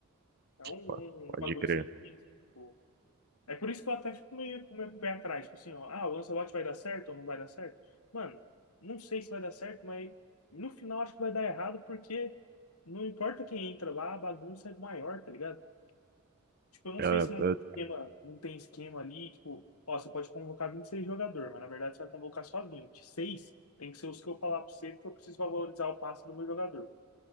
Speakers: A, on the left; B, on the right.
A: É um,
B: po- pode
A: um bagulho
B: crer.
A: sem fim, assim, tipo. É por isso que eu até fico meio com o meu pé atrás, tipo assim, ó, ah, o Ancelotti vai dar certo ou não vai dar certo? Mano, não sei se vai dar certo, mas no final acho que vai dar errado, porque não importa quem entra lá, a bagunça é maior, tá ligado? Tipo, eu não
B: Ah,
A: sei se não
B: ah,
A: tem esquema, não tem esquema ali, tipo, ó, você pode convocar 26 jogadores, mas na verdade você vai convocar só vinte Seis tem que ser os que eu falar pra você, porque eu preciso valorizar o passe do meu jogador.